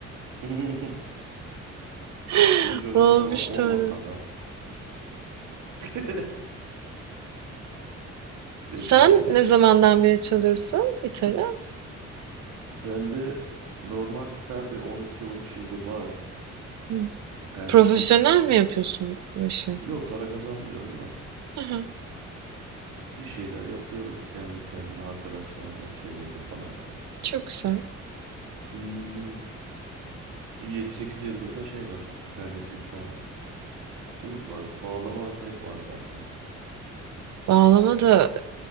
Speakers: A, on the right; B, on the right.
A: <laughs>
B: <laughs>
A: Bir coşku
B: olmuştu
A: sabah olmasa
B: onu.
A: da. <laughs> Eee,
B: Sen ne zamandan beri çalıyorsun gitarı?
A: bende normal gitar bir 12-13 yıldır var.
B: Hı.
A: Perdesiz
B: Profesyonel
A: gitar
B: mi yapıyorsun bu işi?
A: Yok para kazanmıyorum da
B: Aha,
A: bir şeyler yapıyorum kendi kendime arkadaşlarla çevrede falan.
B: çok güzel.
A: Hmm, bir yedi sekiz yıldır da şey var. Perdesiz gitar var. Ud var. Bağlama hep var zaten.
B: Bağlama da